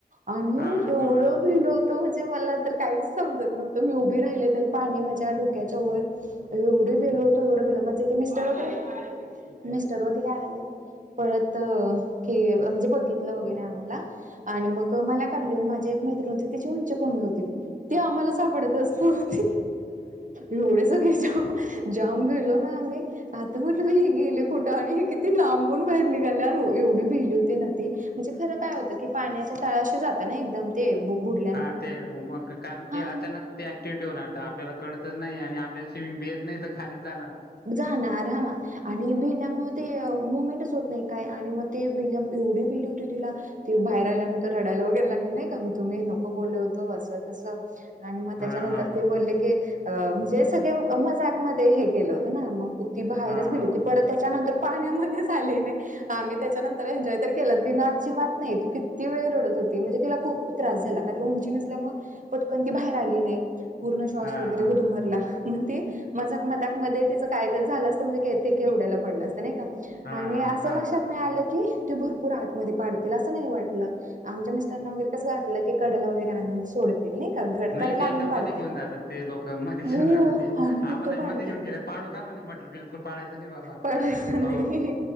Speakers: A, on the right; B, on the left.
A: आम्ही
B: हा हा
A: एवढं
B: बरोबर
A: भिलो तो म्हणजे मला तर काहीच समजत नव्हतं मी उभी राहिले तर पाणी माझ्या डोक्याच्या वर. एवढं भिलोवतो एवढं भिलोवतो माझे तर मिस्टर वगैरे मिस्टर वगैरे आले पळत की अ म्हणजे बघितलं वगैरे आम्हाला आणि मग मला काढलं न माझी एक मैत्रिण होती तिची उंची कमी होती ती आम्हालाच सापडतच नव्हती. एवढे सगळे जाम जाम भीलो ना आम्ही. आता म्हटलं ग ही गेली कुठं आणि ही किती लांबून बाहेर निघाली एवढं बिलो ते ना ती म्हणजे खरं काय होत की पाण्याच्या तळाशी जात ना एकदम ते <unintelligible>
B: हा ते उमक कारण
A: हा
B: की अचानक ते अँक्टिव्हटी होणार तर आपल्याला कळतच नाही आणि आपल्याला स्विमिंग बी येत नाही तर खालीच जाणार.
A: जाणार हा आणि भिल्यामुळे ते मुमेंटच होत नाही काय आणि मग ते विल्यम एवढी भीली होती तिला ती बाहेर आल्यानंतर रडायला वगैरे लागली नाही का मी तुम्ही नको बोलत तो अस तस आणि मग
B: हा
A: त्याच्यानंतर
B: हा
A: ती बोलले कि कि अ म्हणजे सगळे मजाक मधे हे केलं होत ना मग ती बाहेरच
B: हा
A: भेली
B: हा
A: होती. परत त्याच्यानंतर पाण्यामध्येच आली नाही. आम्ही त्याच्यानंतर एन्जॉय तर केलं. तिनं अजीबात नाही, ती किती वेळ रडत होती. म्हणजे तिला खूप त्रास झाला का तर उंची नसल्यामूळ पटकन ती बाहेर आली नाही पूर्ण श्वास
B: हा
A: वगैरे गुदमरला म्हणती मजाक मजाकमध्ये तिचं काहीतरी झालं असतं म्हणजे तेे केवढ्याला पडलं असतं नाही का.
B: हा
A: आणि असं
B: हा
A: लक्षात
B: हा
A: नाही आलं की ते भरपूर आतमध्ये पाडतील असं नाही वाटलं. आमच्या मिस्टरांना वगैरे कसंवाटलं की कडेला वगैरे आणून सोडतील नाऐ का
B: नाही
A: कडेला
B: ते
A: आणून
B: एकदम मध्ये
A: पाडतील
B: घेऊन जातात ते लोकमध्ये
A: हो
B: घेऊन जातात ते
A: आणून
B: आम्हालाही
A: तिथं पाडतात
B: मध्ये घेऊन गेले पाडू का म्हणे, म्हटलं बिलकुल पाडायचं नाही बाबा.
A: पाडायचं नाही
B: हो